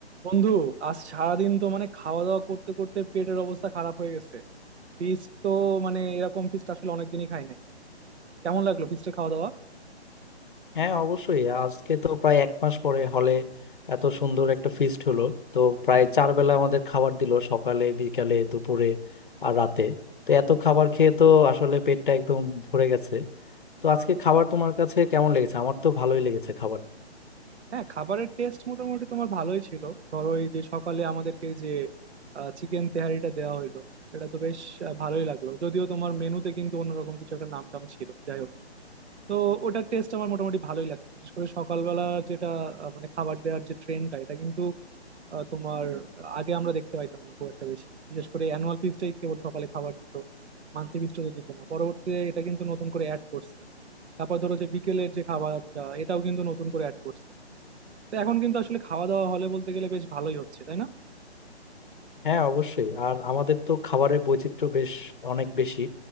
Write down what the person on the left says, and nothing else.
হ্যাঁ অবশ্যই আজকে তো প্রায় এক মাস পরে হলে এত সুন্দর একটা ফিস্ট হলো তো প্রায় চার বেলা আমাদের খাবার দিল সকালে বিকালে দুপুরে আর রাতে তো এত খাবার খেয়ে তো আসলে পেটটা একদম ভরে গেছে তো আজকে খাবার তোমার কাছে কেমন লেগেছে আমার তো ভালোই লেগেছে খাবার
হ্যাঁ অবশ্যই আর আমাদের তো খাবারের বৈচিত্র্য বেশ অনেক বেশি